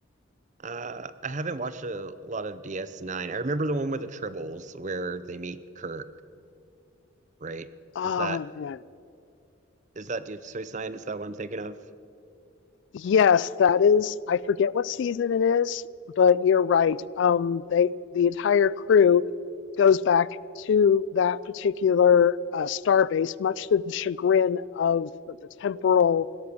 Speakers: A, on the right (about 35°); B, on the left (about 60°).
A: Uh, I haven't watched a lot of DS9. I remember the one with the Tribbles where they meet Kirk, right?
B: Oh
A: Is that
B: man.
A: is that Deep Space Nine? Is that what I'm thinking of?
B: Yes, that is I forget what season it is, but you're right. Um they the entire crew goes back to that particular uh, star much to the chagrin of the, the temporal